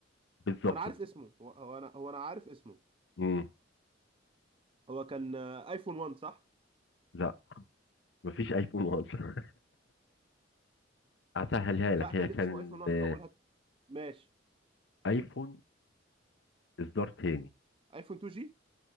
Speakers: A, on the left; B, on the right.
A: بالظبط
B: انا عارف اسمه هو هو انا هو انا عارف اسمه
A: امم
B: هو كان آه، ايفون 1 صح
A: لا مفيش ايفون اصلا <laughs> هسهلها لك
B: لا كان
A: هي كان
B: اسمه ايفون 1
A: آه،
B: اول هات ماشي
A: ايفون اصدار تاني
B: ايفون 2 جي